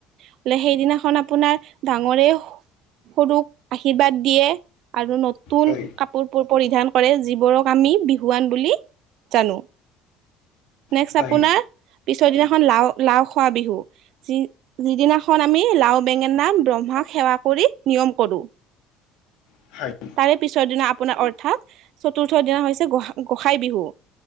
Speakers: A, on the right; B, on the left.
A: মানে সেইদিনাখন আপোনাৰ ডাঙৰে সৰুক আশীৰ্বাদ দিয়ে আৰু নতুন
B: হয় হয়
A: কাপোৰ পুৰ পৰিধান কৰে যিবোৰক আমি বিহুৱান বুলি জানো। নেক্স
B: হয়
A: আপোনাৰ পিছৰ দিনাখন লা লাও খোৱা বিহু, যি যিদিনাখন আমি লাও বেঙেনা ব্ৰহ্মাক সেৱা কৰি নিয়ম কৰোঁ।
B: <unintelligible>
A: তাৰে পিছৰ দিনা আপোনাৰ অৰ্থাৎ চতুৰ্থ দিনা হৈছে গো গোসাই বিহু।